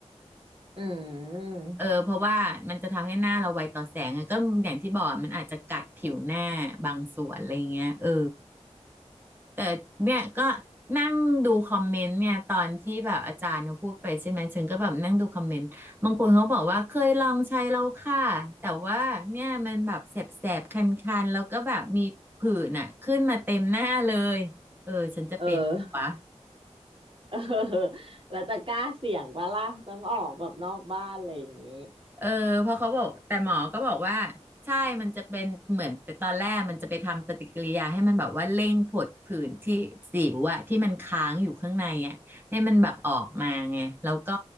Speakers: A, on the right; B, on the right.
A: อืม
B: ๆเออเพราะว่ามันจะทำให้หน้าเราไวต่อแสงอะก็อย่างที่บอกมันอาจจะกัดผิวหน้าบางส่วนอะไรเงี้ยเออ แต่เนี่ยก็นั่งดูคอมเมนต์เนี่ยตอนที่แบบอาจารย์เขาพูดไปใช่ไหมฉันก็แบบนั่งดูคอมเมนต์บางคนเขาบอกว่าเคยลองใช้แล้วค่ะแต่ว่าเนี่ยมันแบบแสบแสบคันๆแล้วก็แบบมีผื่นอ่ะขึ้นมาเต็มหน้าเลยเออฉันจะเป็นวะ
A: เออ <laughs> เออแล้วจะกล้าเสี่ยงปะล่ะต้องออกแบบนอกบ้านอะไรอย่างงี้
B: เออเพราะเขาบอกแต่หมอก็บอกว่าใช่มันจะเป็นเหมือนตอนแรกมันจะไปทำปฏิกิริยาให้มันแบบว่าเร่งผดผื่นที่สิวอะที่มันค้างอยู่ข้างในอะให้มันแบบออกมาไงแล้วก็